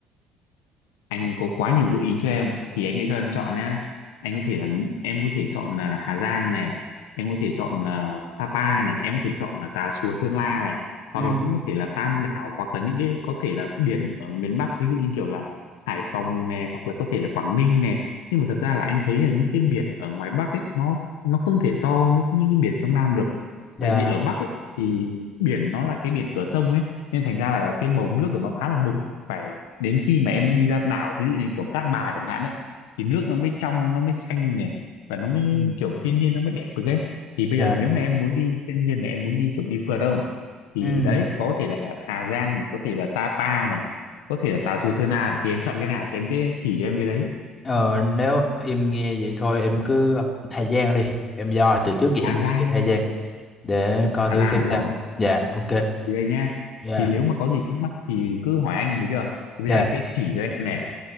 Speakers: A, on the left; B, on the left.
A: anh có quá nhiều gợi ý cho em thì anh sẽ cho em chọn nhé. Anh có thể là em có thể chọn là Hà Giang này, em có thể chọn là Sapa này, em có thể chọn là Tà Xùa Sơn La này, hoặc
B: Ừ,
A: là cũng có thể là Tam Đảo hoặc là những cái có thể là biển ở miền Bắc ví dụ như kiểu là Hải Phòng này hoặc là có thể là Quảng Ninh này. Nhưng mà thật ra là anh thấy là những cái biển ở ngoài Bắc ấy nó nó không thể so với những cái biển trong Nam được.
B: dạ,
A: Tại vì ở Bắc ấy thì biển nó là cái biển cửa sông ấy nên thành ra là cái màu nước của nó khá là đục phải đến khi mà em đi ra đảo ví dụ như kiểu Cát Bà chẳng hạn ấy thì nước nó mới trong nó mới xanh này và nó mới
B: ừ,
A: kiểu thiên nhiên nó mới đẹp được ấy thì bây
B: dạ,
A: giờ nếu mà em muốn đi thiên nhiên này em muốn đi kiểu đi phượt không thì
B: ừ.
A: đấy có thể là Hà Giang này có thể là Sapa này có thể là Tà Xùa Sơn Na này thì em chọn cái nào thì em sẽ chỉ cho em cái đấy
B: Ờ, nếu em nghe vậy thôi em cứ Hà Giang đi. Em doi từ trước giờ
A: Hà
B: em
A: Giang
B: doi cái Hà Giang để coi
A: Hà
B: thử
A: Giang
B: xem
A: đúng
B: sao.
A: không
B: Dạ, ok.
A: thì đây nhá
B: Dạ,
A: thì nếu mà có gì thắc mắc thì cứ hỏi anh được chưa thì
B: dạ,
A: bây giờ anh sẽ chỉ cho em này